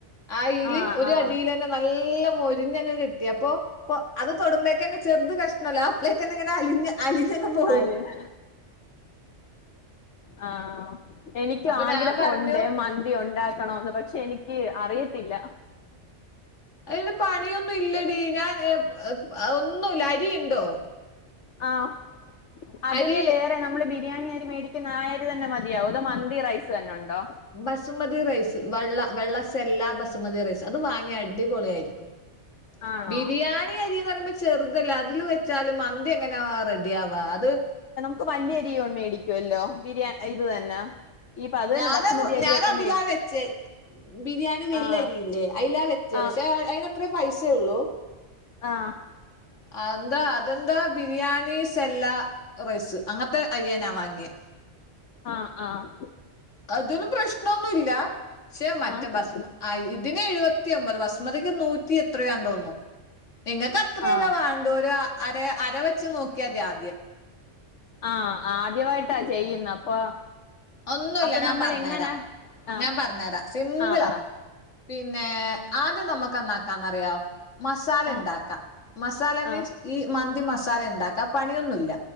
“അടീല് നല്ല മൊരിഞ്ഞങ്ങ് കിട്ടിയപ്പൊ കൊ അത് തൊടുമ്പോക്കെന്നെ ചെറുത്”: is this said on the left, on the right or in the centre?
Left